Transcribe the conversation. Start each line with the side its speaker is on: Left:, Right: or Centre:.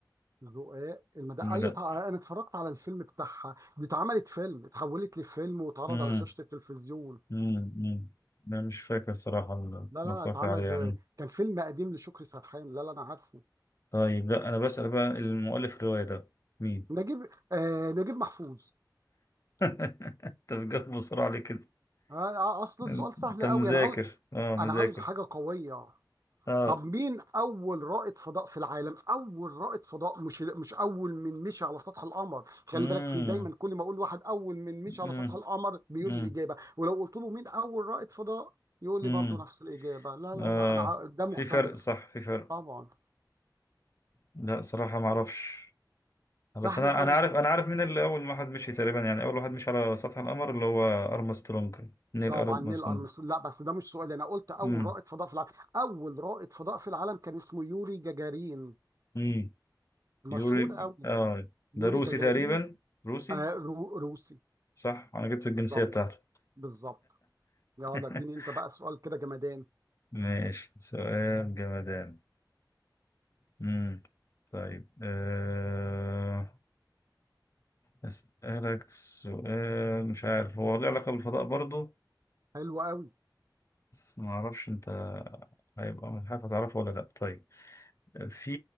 Right: ذقاق المدى
Left: المدق
Right: ايوه طبعا انا اتفرجت على الفيلم بتاعها دي اتعملت فيلم اتحولت لفيلم واتعرض
Left: مم.
Right: على شاشه التلفزيون
Left: مم. مم. أنا مش فاكر صراحة ال-
Right: لا لا
Left: ما اتفرجت
Right: لا، اتعملت
Left: عليها
Right: كان فيلم قديم لشكري سرحان لا لا انا عارفه
Left: طيب لا انا بسأل بقى المؤلف الرواية ده مين
Right: نجيب آه نجيب محفوظ
Left: <laughs> انت بتجاوب بسرعة ليه كده
Right: آه آه، اصل السؤال
Left: انت
Right: سهل
Left: مذاكر
Right: قوي انا عاوز
Left: اه مذاكر
Right: انا عاوز حاجه قويه
Left: اه
Right: طب مين اول رائد فضاء في العالم اول رائد فضاء مش مش اول من مشي على سطح القمر خلي
Left: امم
Right: بالك في دايما كل ما اقول واحد اول من مشي على
Left: امم
Right: سطح القمر بيقول
Left: امم
Right: لي الاجابه ولو قلت له مين اول رائد فضاء يقول
Left: امم
Right: لي برضو نفس الاجابه لا لا
Left: اه
Right: لا انا ع- ده مختلف
Left: في فرق صح في فرق
Right: طبعا
Left: لا صراحة ما اعرفش بس
Right: سهل
Left: انا
Right: قوي
Left: انا عارف انا عارف مين اللي اول واحد مشي تقريبا يعني اول واحد مشي على سطح القمر اللي هو ارمسترونج نيل
Right: طبعا
Left: ارمسترونج
Right: نيل ارمسترونج لا بس ده مش سؤال انا قلت اول
Left: امم
Right: رائد فضاء في العالم اول رائد فضاء في العالم كان اسمه يوري جاجارين
Left: امم
Right: مشهور
Left: يوري
Right: قوي
Left: اه
Right: يوري
Left: ده روسي
Right: جاجارين
Left: تقريبا روسي
Right: آه رو- روسي
Left: صح انا جبت الجنسية
Right: بالظبط
Left: بتاعته
Right: بالظبط يلا
Left: <laughs>
Right: اديني انت بقى سؤال كده جمدان
Left: ماشي سؤال جمدان مم. طيب أه... أسألك سؤال مش عارف هو له علاقة بالفضاء برضه
Right: حلو قوي
Left: بس ما أعرفش أنت هيبقى مش عارف هتعرفه ولا لأ طيب في